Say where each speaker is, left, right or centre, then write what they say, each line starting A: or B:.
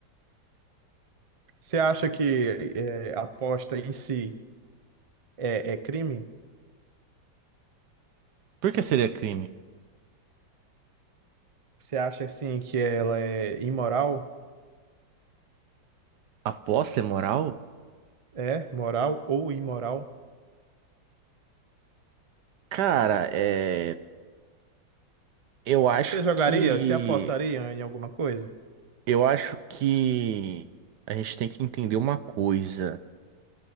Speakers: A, on the right (about 35°); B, on the right (about 65°).
A: Você acha que eh, a aposta em si é, é crime?
B: Por que seria crime?
A: Você acha assim que ela é imoral?
B: Aposta é moral?
A: É moral ou imoral?
B: Cara, é, eu acho
A: Você jogaria?
B: que
A: Você apostaria em alguma coisa?
B: eu acho que a gente tem que entender uma coisa.